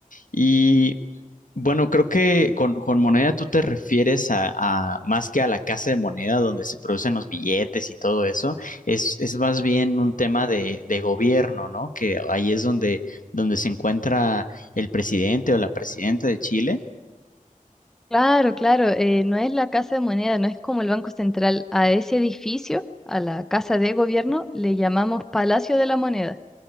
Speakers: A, on the left; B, in the centre.
A: Y bueno, creo que con, con moneda tú te refieres a, a- más que a la casa de moneda donde se producen los billetes y todo eso, es, es más bien un tema de, de gobierno, ¿no? Que ahí es donde, donde se encuentra el presidente o la presidenta de Chile
B: Claro, claro, eh, no es la Casa de Moneda, no es como el Banco Central. A ese edificio, a la Casa de Gobierno, le llamamos Palacio de la Moneda.